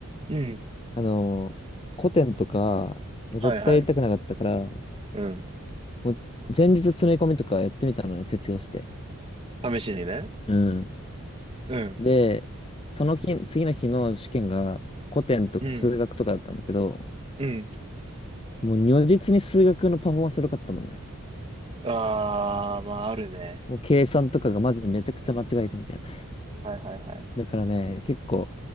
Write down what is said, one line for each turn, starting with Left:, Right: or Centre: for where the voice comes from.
Right: うん。
Left: あの、古典とか、もう絶対やりたくなかったから、
Right: はいはい。うん。
Left: もう前日詰め込みとかやってみたのよ、徹夜して。
Right: 試しにね。
Left: うん。
Right: うん。
Left: で、その日、次の日の試験が古典とか数学とかだったんだけど、
Right: うん。うん。
Left: もう如実に数学のパフォーマンス良かったもんね。
Right: あー、まあ、あるね。
Left: もう計算とかがマジでめちゃくちゃ間違えてみたいな。
Right: はいはいはい。
Left: だからね、結構、